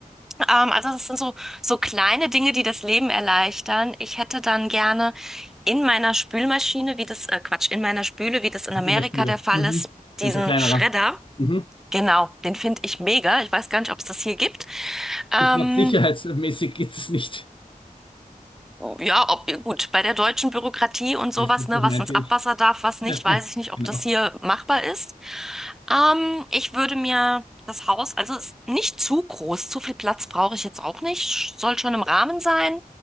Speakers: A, in the centre; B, on the left (about 35°).
A: Ähm, also das sind so, so kleine Dinge, die das Leben erleichtern. Ich hätte dann gerne in meiner Spülmaschine, wie das, äh, Quatsch, in meiner Spüle, wie das in Amerika
B: In der Spüle.
A: der Fall
B: Mhm.
A: ist, diesen
B: Bin so kleinerer.
A: Schredder.
B: Mhm.
A: Genau, den finde ich mega. Ich weiß gar nicht, ob es das hier gibt. Ähm,
B: Ich glaube, sicherheitsmäßig geht es nicht.
A: Ja, ob, gut, bei der deutschen Bürokratie und sowas,
B: Siehst du,
A: ne,
B: Das
A: was
B: meinte
A: ins Abwasser
B: ich.
A: darf, was nicht,
B: <laughs>
A: weiß ich nicht, ob
B: genau.
A: das hier machbar ist. Ähm, ich würde mir das Haus, also es ist nicht zu groß, zu viel Platz brauche ich jetzt auch nicht, soll schon im Rahmen sein.